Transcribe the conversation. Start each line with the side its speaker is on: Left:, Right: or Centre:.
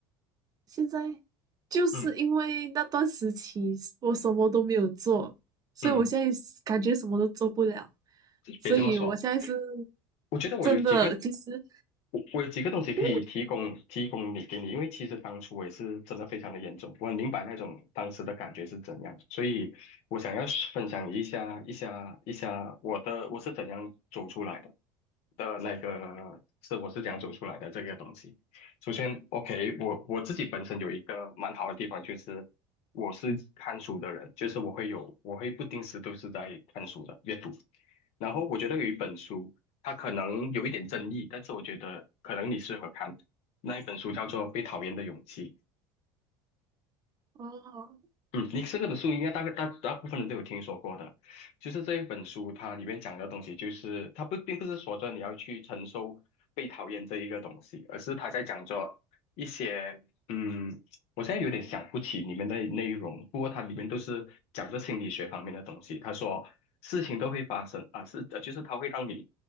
Right: 现在就是因为那段时期我什么都没有做，
Left: 嗯
Right: 所以我现在是感觉什么都做不了，
Left: 嗯，
Right: 所以我现在是
Left: 别这么说，我觉得我有几个
Right: 真的，其实
Left: 我我有几个东西可以提供提供你给你，
Right: 因为
Left: 因为其实当初我也是真的非常的严重，我很明白那种当时的感觉是怎样，所以我想要分享一下一下一下我的我是怎样走出来的。的那个是我是怎样走出来的这个东西。首先，OK，我我自己本身有一个蛮好的地方，就是我是看书的人，就是我会有我会不定时都是在看书的阅读。然后我觉得有一本书，它可能有一点争议，但是我觉得可能你适合看。那一本书叫做《被讨厌的勇气》，
Right: 哦，
Left: 嗯，你这个的书应该大概大大部分人都有听说过的，就是这一本书它里面讲的东西，就是它不并不是说着你要去承受被讨厌这一个东西，而是他在讲着一些，嗯，我现在有点想不起里面的内容，不过它里面都是讲着心理学方面的东西。他说事情都会发生啊，是呃，就是他会让你，